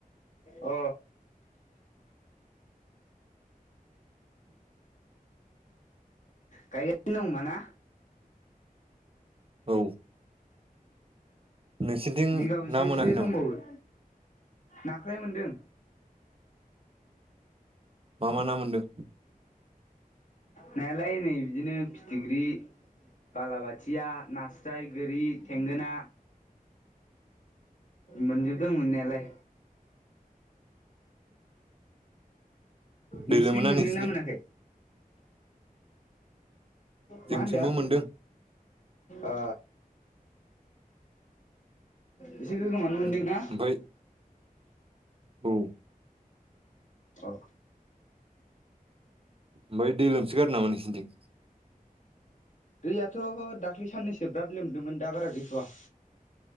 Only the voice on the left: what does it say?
अ गायगासिनो दं होमबा ना
बिगाबैसोसो
दंबावो नाख्राय मोनदों
नायालाय नै बिदिनो फिथिग्रि बालाबाथिया नास्राय गोरि थेंगोना मोनजोबदों मोननायालाय
नोंसिथि
मोनदोंना
मोनाखै
मा होनदों
अ एसे गोगोमानो मोनदोंना
औ
दैयाथ' दाख्लै साननैसो बिराद लोमदोंमोन दा बारा गैथ'वा